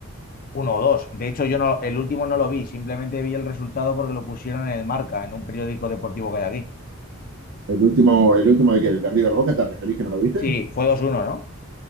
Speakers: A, on the left (about 40°); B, on the right (about 60°).
A: uno o dos. De hecho, yo no, el último no lo vi, simplemente vi el resultado porque lo pusieron en el Marca, en un periódico deportivo que hay aquí.
B: el último, el último de que el de River Boca, ¿te referís que no lo viste?
A: Sí, fue dos uno ¿no?